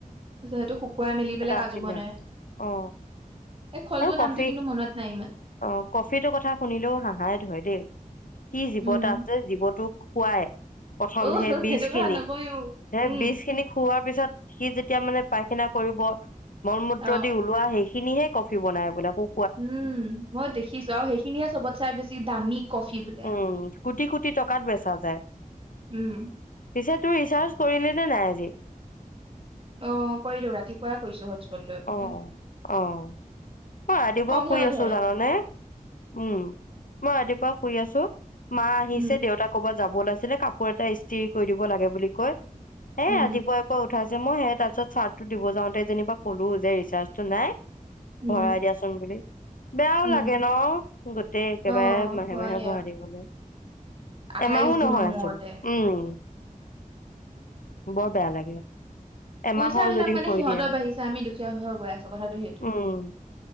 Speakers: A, on the right; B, on the left.
A: তাছত সেইটো শুকুৱাই মেলি পেলাই কাজু
B: আছিলে
A: বনে এই
B: অ
A: ফলটোৰ
B: আৰু কফি
A: নামটো কিন্তু মনত নাই ইমান
B: অ কফিটোৰ কথা শুনিলেও হাহাই ধৰে দেই কি জীৱ
A: উম
B: এটা আছে জীৱটোক খুৱাই প্ৰথম
A: অ
B: সেই বীজখিনি
A: সেইটো কথা নকবি মোক
B: সেই
A: উম
B: বীজখিনিক খোৱাৰ পিছত সি যেতিয়া মানে পায়খানা কৰিব মলমূত্ৰ
A: অ
B: দি ওলোৱা সেইখিনিহে কফি বনাই বোলে হো
A: উম মই দেখিছো আৰু সেইখিনিয়ে চবতে বেছি দামী কফি বোলে
B: উম কোটি কোটি টকাত বেচা যায়
A: উম
B: পিছে তোৰ ৰিচাৰ্জ কৰিলি নে নাই, আজি।
A: অ, কৰিলো ৰাতিপুৱাই কৰিছো হটস্পট লৈ পেলাই
B: অ', অ', অ ৰাতিপা
A: খংহে
B: শুই
A: উঠে
B: আছো, জাননে উম। মই ৰাতিপুৱা শুই আছো, মা আহিছে
A: উম
B: দেউতাক ক'বাত যাব ওলাইছিলে কাপোৰ এটা ইস্তিৰি কৰি দিব লাগে বুলি কৈ হে
A: উম
B: ৰাতিপুৱাই। কৈ উঠাইছে, মই সেই তাৰছত চাৰ্টো দিব যাওঁতে যেনিবা ক'লো যে ৰিচাৰ্জটো নাই।
A: উম
B: ভৰাই দিয়াচোন বুলি। বেয়াও
A: উম
B: লাগে ন, গোটেই একেবাৰে
A: অ
B: মাহে,
A: হয়
B: মাহে
A: দিয়া
B: ভৰাই দিবলে
A: আঠাইশ
B: এমাহো,
A: দিনৰ
B: নহয়চোন
A: মূৰতে
B: উম। বৰ বেয়া লাগে, এমাহৰ
A: পইচাবিলাক
B: যদি
A: মানে
B: কৰি
A: সিহঁতৰ
B: দিয়ে।
A: বাঢ়িছে আমি দুখীয়া হৈ হৈ, গৈ, আছো কথাটো সেইটো
B: উম,